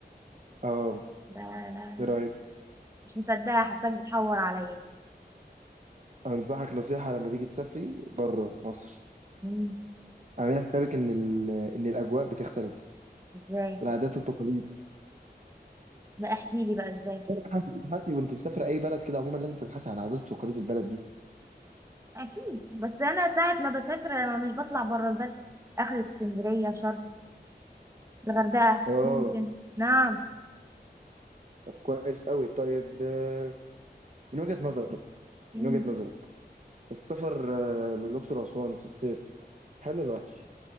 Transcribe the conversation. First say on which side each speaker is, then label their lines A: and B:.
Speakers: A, on the right (about 45°); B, on the right (about 15°).
A: أه
B: لا لا
A: إيه رأيك؟
B: مش مصدقة حاساك بتحور عليا
A: أنصحك نصيحة لما تيجي تسافري بره مصر
B: مم،
A: اعملي حسابك إن ال... إن الأجواء بتختلف
B: ازاي
A: والعادات والتقاليد
B: لا احكي لي بقى ازاي
A: ابحثي ابحثي وانت مسافرة اي بلد كده عموما لازم تبحثي عن عادات وتقاليد البلد دي
B: اكيد بس انا ساعة ما بسافر انا مش بطلع بره البلد اخر اسكندرية شرم الغردقة
A: اه
B: ممكن نعم
A: طب كويس قوي طيب آه، من وجهة نظرك
B: مم.
A: من وجهة نظرك السفر آه، للأقصر وأسوان في الصيف حلو ولا وحش؟